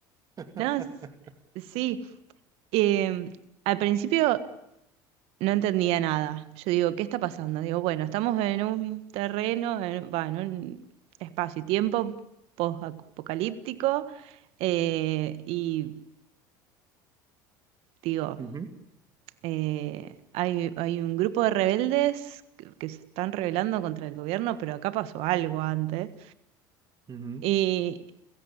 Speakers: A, on the right (about 35°); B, on the right (about 65°).
A: <laughs>
B: no, s- sí. Eh, al principio no entendía nada. Yo digo, ¿qué está pasando? Digo, bueno, estamos en un terreno, en, va, en un espacio y tiempo post-apocalíptico. eh, y digo,
A: Ujú,
B: eh, hay, hay un grupo de rebeldes que, que se están rebelando contra el gobierno, pero acá pasó algo antes.
A: ujú.
B: Y,